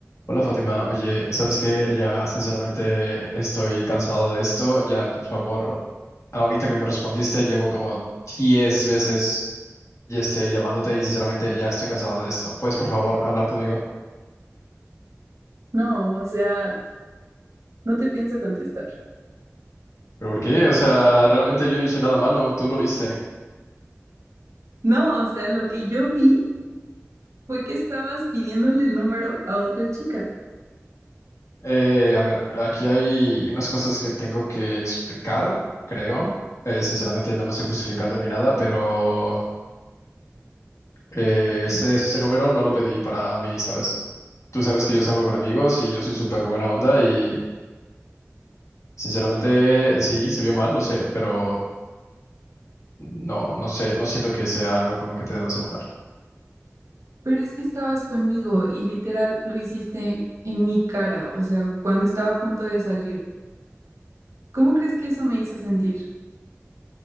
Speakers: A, on the left; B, on the right.
A: Hola Fátima, oye, ¿sabes qué? Ya sinceramente estoy cansado de esto. Ya, por favor, ahorita que me respondiste, llevo como 10 veces y este, llamándote y sinceramente ya estoy cansado de esto. ¿Puedes, por favor, hablar conmigo?
B: No, o sea, no te pienso contestar.
A: ¿Pero por qué? O sea, realmente yo no hice nada malo, tú lo viste.
B: No, o sea, lo que yo vi fue que estabas pidiéndole el número a otra chica,
A: Eh, a ver, aquí hay unas cosas que tengo que explicar, creo. Eh, sinceramente no me estoy justificando ni nada, pero... Eh, ese, ese número no lo pedí para mí, ¿sabes? Tú sabes que yo salgo con amigos y yo soy súper buena onda y sinceramente sí, se vio mal, lo sé, pero no, no sé, no siento que sea algo por lo que te debas enojar.
B: pero es que estabas conmigo y literal lo hiciste en mi cara, o sea, cuando estaba a punto de salir. ¿Cómo crees que eso me hizo sentir?